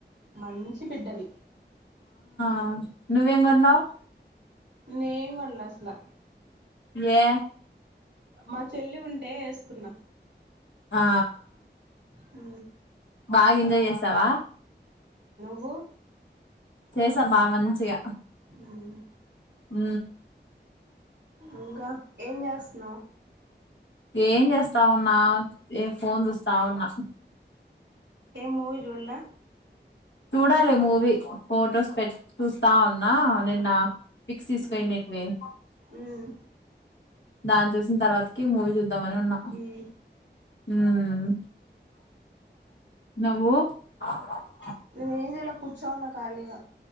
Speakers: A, on the right (about 75°); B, on the left (about 80°).
A: మంచి బిడ్డవి
B: ఆ నువ్వెంకొన్నావ్
A: నేనేం కొన్లే అసలా
B: ఏ
A: మా చెల్లివి ఉంటే వేసుకున్నా
B: ఆ
A: అ
B: బాగా ఎంజాయ్ చేసావా
A: వో
B: చేసా బా మంచిగా
A: ఉమ్
B: హ
A: ఇంకా ఏం చేస్తున్నావ్
B: ఏం చేస్తావున్నా ఏ ఫోన్ చూస్తా ఉన్నా
A: ఏ మూవీ చూడలా
B: చూడాలి మూవీ ఫొటోస్ పెట్ చూస్తా ఉన్నా నిన్న <unintelligible>
A: మ్మ్ మ్మ్
B: దాని చూసిన తర్వాతకి మూవీ చూద ద్దామని ఉన్నా
A: మ్మ్
B: ఆమ్ నువ్వు అ
A: నేనేం చేయలే కూర్చోన్నా కాలిగా